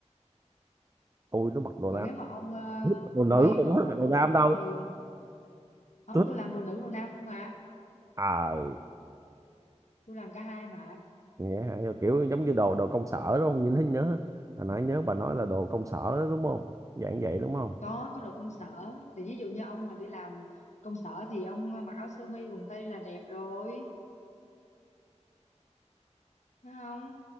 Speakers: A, on the right; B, on the left.
A: ui tôi mặc đồ
B: Còn
A: nam
B: nếu mà ông ờ,
A: tôi thích mặc đồ nữ
B: may
A: mà tôi
B: đồ
A: không
B: mặc
A: mặc đồ
B: công
A: nam
B: sở bình
A: đâu
B: thường, ông
A: tôi thích
B: tôi làm đồ nữ đồ nam không mà,
A: à
B: tôi làm cả hai mà.
A: nghe hả Nhưng mà kiểu giống như đồ đồ công sở đúng không nhìn thấy nhớ hồi nãy nhớ bà nói là đồ công sở đó, đúng không dạng vậy đúng không
B: Có có đồ công sở. Thì ví dụ như ông mà đi làm công sở thì ông mặc áo sơ mi quần tây là đẹp rồi, phải không?